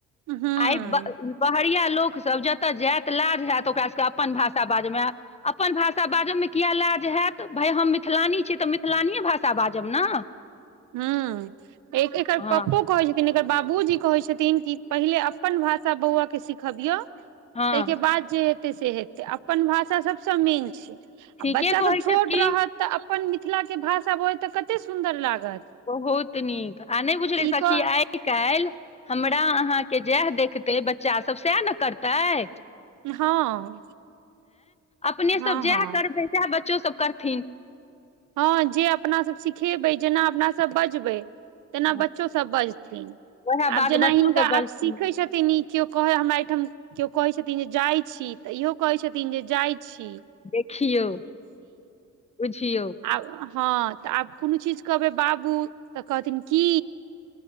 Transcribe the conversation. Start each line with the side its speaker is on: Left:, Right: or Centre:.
Right: हूँ
Left: आइ। बहरिया लोक सब जतय जायत लाज होयत ओकरा सबके अपन भाषा बाजमे। अपन भाषा बाजबमे किए लाज हयत भाय हम मिथलानी छी तऽ मिथिलानीए भाषा बाजब ने।
Right: ह एक एकर
Left: हँ
Right: पप्पो। कहै छथिन एकर बाबूजी कहे छथिन कि पहिले अपन भाषा बौआ के सिखबियएऔ
Left: हँ
Right: ताहिके बाद जे हेतै से हेतै अपन भाषा सभसँ नीक छै। आ
Left: ठीके
Right: बच्चाभ
Left: कहै
Right: छोट
Left: छथि की
Right: रहत तऽ अपन मिथिलाके भाषा बजत तऽ कतेक सुन्दर लागत।
Left: बहुत नीक आ नहि बुझले
Right: ई
Left: सखी
Right: क
Left: आइ काल्हि हमरा अहाँ। के जएह देखते बच्चा सब सएह ने करतै।
Right: हँ
Left: अपने
Right: हँ
Left: सब जएह
Right: हँ
Left: करबै सएह बच्चो सब करथिन
Right: हँ जे अपना सब सिखेबै जेना अपनासभ बजबै। तेना
Left: हँ
Right: बच्चो सब बजथिन
Left: उएह बात
Right: आब जेना
Left: बच्चो
Right: हिनका
Left: सब बजथिन
Right: आब सीखै छथिन न केओ कहे हमरा एहिठाम केओ कहै छथिन जे जाइ छी तऽ इहो कहै छथिन जे जाइ छी।
Left: देखियौ बुझियौ।
Right: आब हँ तऽ आब कोनो चीज कहबै बाबू तऽ कहथिन की